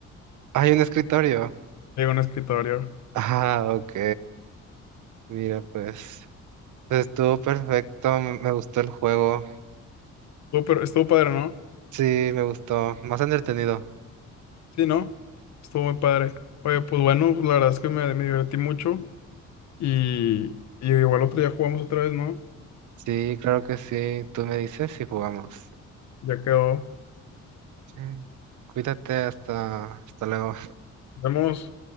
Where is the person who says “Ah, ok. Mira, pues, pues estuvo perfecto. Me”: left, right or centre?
Right